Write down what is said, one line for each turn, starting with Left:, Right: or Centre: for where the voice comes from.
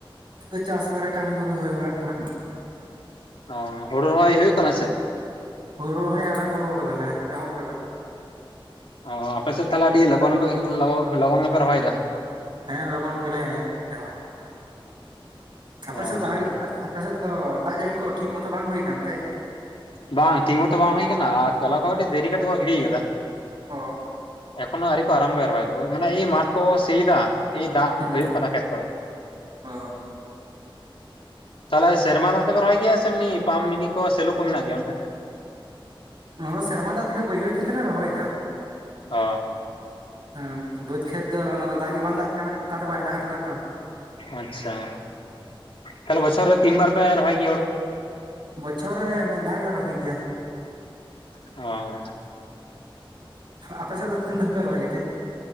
Right: ᱱᱤᱛᱚᱜ ᱫᱚ ᱪᱟᱥ ᱵᱟᱲᱟ ᱠᱟᱹᱢᱤ ᱠᱚᱜᱮ ᱦᱩᱭ ᱵᱟᱲᱟᱜ ᱠᱟᱱᱟ᱾
Left: ᱚ ᱦᱩᱲᱩ ᱨᱚᱦᱚᱭ ᱦᱩᱭᱩᱜ ᱠᱟᱱᱟ ᱥᱮ?
Right: ᱦᱳᱲᱳ ᱨᱚᱦᱚᱭ ᱟᱨᱟᱢᱵᱷᱚ ᱟᱠᱟᱫᱟᱞᱮ ᱮᱦᱚᱵ ᱟᱠᱟᱫᱟᱞᱮ᱾
Left: ᱚᱻ ᱟᱯᱮᱥᱮᱫ ᱛᱟᱦᱚᱞᱮ ᱟᱹᱰᱤ ᱞᱚᱜᱚᱱᱯᱮ ᱞᱚᱜᱚᱱ ᱜᱮᱯᱮ ᱨᱚᱦᱚᱭᱮᱫᱟ᱾
Right: ᱦᱮᱸ ᱞᱚᱜᱚᱱ ᱜᱮᱞᱮ ᱮᱦᱚᱜᱩ ᱠᱟᱫᱟ, ᱟᱯᱮ
Left: ᱚ
Right: ᱥᱮᱫ ᱫᱚ ᱟᱣᱨᱤᱜᱼᱟ? ᱟᱯᱟᱥᱮᱫ ᱫᱚ ᱫᱟᱜ ᱡᱟᱹᱲᱤ ᱠᱚ ᱴᱷᱤᱠ ᱢᱚᱛᱚ ᱵᱟᱝ ᱦᱩᱭ ᱟᱠᱟᱱ ᱛᱮ?
Left: ᱵᱟᱝ ᱴᱷᱤᱠ ᱢᱚᱛᱚ ᱵᱟᱝ ᱦᱩᱭ ᱟᱠᱟᱱᱟ ᱟᱨ ᱛᱚᱞᱟ ᱠᱚ ᱠᱟᱹᱴᱤᱡ ᱫᱮᱨᱤ ᱠᱟᱛᱮ ᱠᱚ ᱜᱤᱰᱤ ᱟᱠᱟᱫᱟ᱾
Right: ᱚ
Left: ᱮᱠᱷᱚᱱᱳ ᱟᱣᱨᱤᱠᱚ ᱟᱨᱟᱢᱵᱷᱚᱭᱟ ᱨᱚᱦᱚᱭ ᱫᱚ ᱳᱭ ᱢᱟᱱᱮ ᱢᱟᱴ ᱠᱚ ᱠᱚ ᱥᱤᱭ ᱮᱫᱟ᱾ ᱮᱭ ᱫᱟᱜ
Right: ᱦᱩᱸ
Left: ᱦᱩᱭᱩᱜ ᱠᱟᱱᱟ ᱠᱷᱮᱛ ᱠᱚᱨᱮ᱾
Right: ᱚ
Left: ᱛᱟᱦᱚᱞᱮ ᱥᱮᱨᱢᱟ ᱫᱟᱜ ᱛᱮᱯᱮ ᱨᱚᱦᱚᱭ ᱜᱮᱭᱟ ᱥᱮ ᱮᱢᱱᱤ ᱯᱟᱢ ᱢᱤᱱᱤ ᱠᱚ ᱥᱮᱞᱳ᱾ ᱢᱮᱱᱟᱜ ᱜᱮᱭᱟ ᱚᱱᱛᱮ?
Right: ᱱᱚᱣᱟ ᱫᱚ ᱥᱮᱨᱢᱟ ᱫᱟᱜ ᱛᱮᱜᱮ ᱵᱟᱹᱭᱦᱟᱹᱲ ᱠᱷᱮᱛᱞᱮ ᱨᱚᱦᱚᱭᱮᱫᱟ᱾
Left: ᱚᱻ᱾
Right: ᱦᱮᱸ ᱵᱟᱹᱫᱽ ᱠᱷᱮᱛ ᱫᱚ ᱚᱱᱟ ᱫᱚ ᱫᱟᱜ ᱜᱮ ᱵᱟᱝ ᱫᱟᱜ ᱠᱟᱱᱟ ᱚᱠᱟ ᱫᱚ ᱵᱟᱭ ᱫᱟᱜ ᱠᱟᱫᱟ ᱛᱚ᱾
Left: ᱟᱪᱪᱷᱟ ᱛᱟᱦᱚᱞᱮ ᱵᱚᱪᱷᱚᱨ ᱨᱮ ᱛᱤᱱ ᱵᱟᱨ ᱯᱮ ᱨᱚᱦᱚᱭ ᱜᱮᱭᱟ ᱦᱳᱲᱳ?
Right: ᱵᱚᱪᱷᱚᱨ ᱨᱮ ᱢᱤᱫ ᱫᱷᱟᱣ ᱜᱮᱞᱮ ᱨᱚᱦᱚᱭ ᱜᱮᱭᱟ᱾
Left: ᱚᱻ᱾
Right: ᱟᱯᱮ ᱥᱮᱫ ᱫᱚ ᱛᱤᱱ ᱫᱷᱟᱣ ᱯᱮ ᱨᱚᱦᱚᱭ ᱜᱮᱛᱮ?